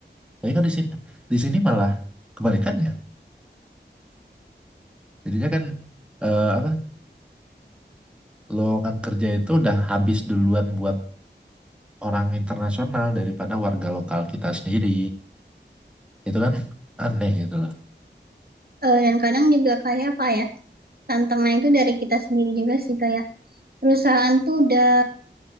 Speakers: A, in the centre; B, on the right.
A: Tapi kan di sini di sini malah kebalikannya. Jadinya kan eh, apa lowongan kerja itu udah habis duluan buat orang internasional daripada warga lokal kita sendiri. Itu kan aneh gitu loh.
B: Eh, dan kadang juga kayak apa ya? Tantangan itu dari kita sendiri juga sih kayak perusahaan tuh udah